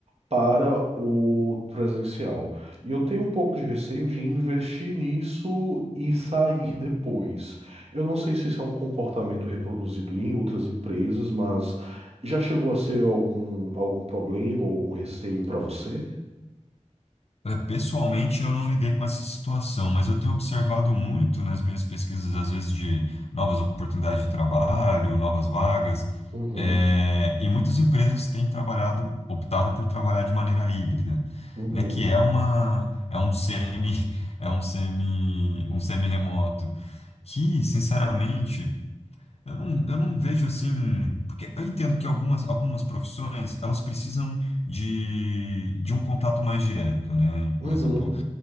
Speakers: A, on the right; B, on the left.
A: para o presencial. E eu tenho um pouco de receio de investir nisso e sair depois. Eu não sei se isso é um comportamento reproduzido em outras empresas, mas já chegou a ser algum, algum problema ou algum receio para você?
B: Olha, Pessoalmente, eu não lidei com essa situação, mas eu tenho observado muito nas minhas pesquisas, às vezes, de novas oportunidades de trabalho, novas vagas,
A: Uhum,
B: eh, e muitas empresas têm trabalhado, optado por trabalhar de maneira híbrida,
A: uhum,
B: né, que é uma, é um semi, <laughs> é um semi, um semi-remoto, que, sinceramente, eu não, eu não vejo assim, porque eu entendo que algumas, algumas profissões, elas precisam de, de um contato mais direto, né?
A: uhum,
B: Por exemplo,